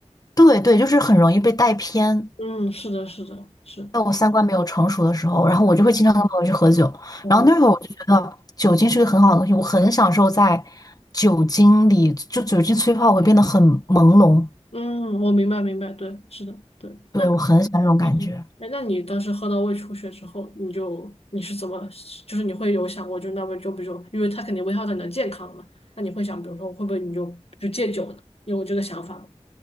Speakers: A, on the left; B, on the left.
A: 对对，就是很容易被带偏。
B: 嗯，是的，是的，是，
A: 在我三观没有成熟的时候，然后我就会经常跟朋友去喝酒。
B: 嗯嗯
A: 然后那会儿我就觉得酒精是个很好的东西，我很享受在酒精里，就酒精催化我会变得很朦胧。
B: 嗯，我明白明白，对，是的，对，
A: 对，
B: 那
A: 我很喜欢这种感觉
B: 是的，哎，那你当时喝到胃出血之后，你就你是怎么，就是你会有想过，就那么就比如说，因为它肯定危害到你的健康了嘛，那你会想，比如说会不会你就就戒酒呢？你有这个想法吗？